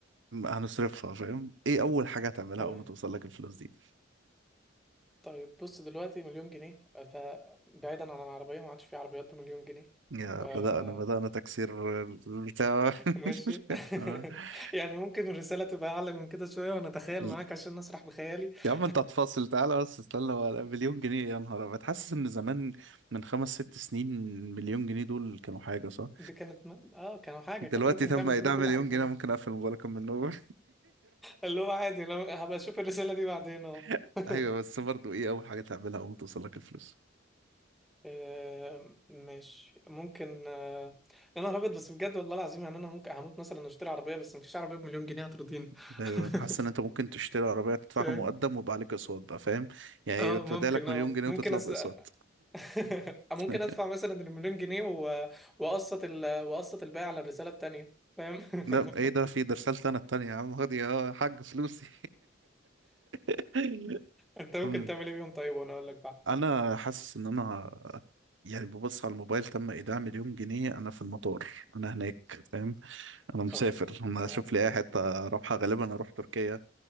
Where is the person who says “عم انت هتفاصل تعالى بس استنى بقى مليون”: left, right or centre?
Right